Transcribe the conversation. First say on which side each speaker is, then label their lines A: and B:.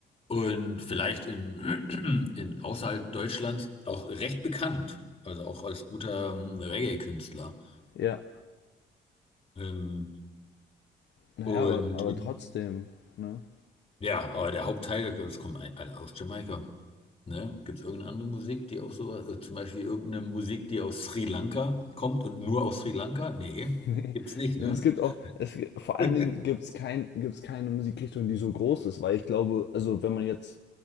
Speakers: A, on the left; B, on the left.
A: und vielleicht in, <clears throat> in außerhalb Deutschlands auch recht bekannt. Also auch als guter ähm, Reggae-Künstler.
B: ja.
A: Ähm,
B: Naja,
A: und
B: aber, aber
A: in,
B: trotzdem, ne?
A: Ja, aber der Hauptteil, das kommt ein- alle aus Jamaika. Ne? Gibt es irgendeine andere Musik, die auch so, also zum Beispiel irgendeine Musik, die aus Sri Lanka kommt und nur aus Sri Lanka? Nee,
B: <laughs>
A: gibt's nicht,
B: Es
A: ne?
B: gibt auch, es, vor
A: <laughs>
B: allen Dingen gibt es kein, gibt's keine Musikrichtung, die so groß ist, weil ich glaube, also wenn man jetzt,